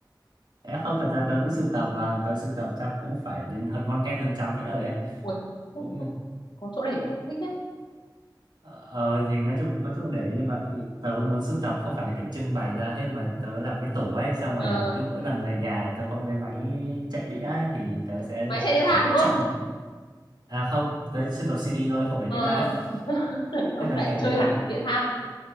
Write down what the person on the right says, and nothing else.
Ê, không, thật ra tớ cũng sưu tập mà tớ sưu tập chắc cũng phải đến hơn ngon ghét hơn trăm đĩa rồi ấy.
Cũng
Ờ thì nói chung cũng có chỗ để nhưng mà ý- tớ muốn sưu tập không phải là kiểu trưng bày ra hết mà tớ làm cái tủ ấy xong rồi
cứ mỗi lần về nhà tớ có một cái máy chạy đĩa ấy, thì tớ sẽ
kiểu
trọng à không tớ sưu tập CD thôi không phải
đĩa đan
<laughs>
thế là
kiểu như
là